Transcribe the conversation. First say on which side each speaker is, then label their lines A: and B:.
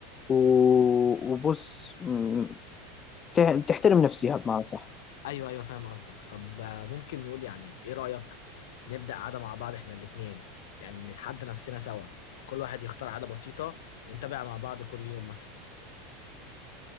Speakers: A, on the left; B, on the left.
A: و... وبص م- بتح- بتحترم نفسها بمعنى صح
B: ايوه ايوه فاهم قصدك طب آه، ممكن نقول يعني ايه رايك نبدا عاده مع بعض احنا الاثنين يعني نتحدى نفسنا سوا كل واحد يختار عاده بسيطه ونتابع مع بعض كل يوم مثلا